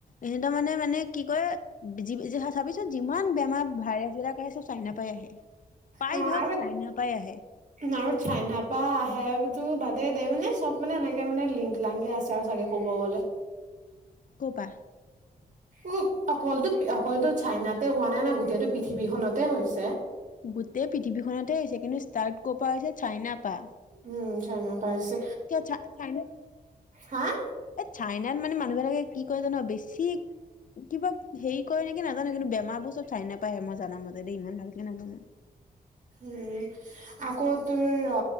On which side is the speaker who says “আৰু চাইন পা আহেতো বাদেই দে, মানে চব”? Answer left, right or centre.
Right